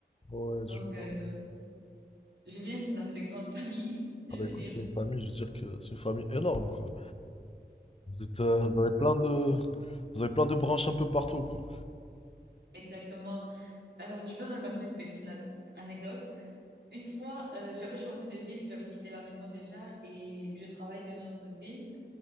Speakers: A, on the left; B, on the right.
A: Ouais,
B: Donc,
A: je vois.
B: euh, Je viens d'une assez grande <laughs> famille, je
A: Ah bah
B: veux
A: écoute,
B: dire.
A: c'est une famille, je veux dire que c'est une famille énorme, quoi. Vous êtes, euh, vous avez plein de, vous avez plein de branches un peu partout, quoi.
B: Exactement. Euh, je vais raconter une petite na- anecdote. Une fois, euh, j'avais changé de ville, j'avais quitté la maison déjà et je travaille dans une autre ville.